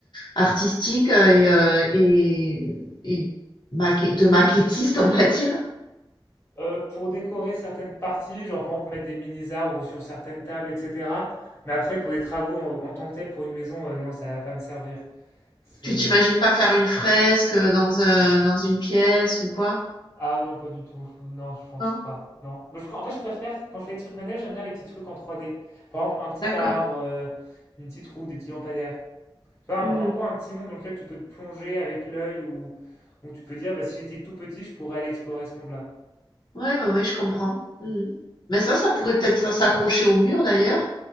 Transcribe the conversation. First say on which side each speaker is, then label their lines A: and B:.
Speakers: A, on the left; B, on the left.
A: artistiques euh, et, euh, et, et maquet- de maquettiste, on va dire,
B: Euh, pour décorer certaines parties, genre par exemple mettre des mini-arbres sur certaines tables, etc. Mais après, pour des travaux en, en tant que tels, pour une maison, euh, non, ça va pas me servir. C'est
A: Tu t'imagines pas faire une fresque euh, dans un, dans une pièce ou quoi?
B: Ah non, pas du tout. Non, je pense
A: Non?
B: pas. Non. Mais je pr- en fait, je préfère, quand je fais des trucs manuels, j'aime bien les petits trucs en trois d Par exemple, un petit
A: D'accord.
B: arbre, euh, une petite roue, des petits lampadaires. Tu vois,
A: Hmm.
B: en gros, un petit monde dans lequel tu peux te plonger avec l'œil ou, ou tu peux dire, bah, si j'étais tout petit, je pourrais aller explorer ce monde-là.
A: Ouais, ouais, ouais, je comprends. Hmm. Mais ça, ça pourrait peut-être s'accrocher au mur d'ailleurs.